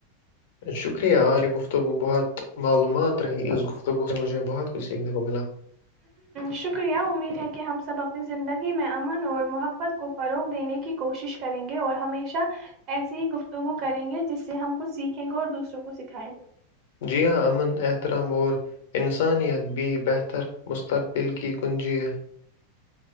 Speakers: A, on the left; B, on the right.
A: شکریہ یہ گفتگو بہت معلومات رہی اس گفتگو سے مجھے بہت کچھ سیکھنے کو ملا
B: شکریہ امید ہے کہ کہ ہم سب اپنی زندگی میں امن اور محبت کو فروغ دینے کی کوشش کریں گے اور ہمیشہ ایسی ہی گفتگو کریں گے جس سے ہم کچھ سیکھیں گے اور دوسروں کو سکھائیں گے
A: جی ہاں امن احترام اور انسانیت بھی بہتر مستقبل کی کنجیہ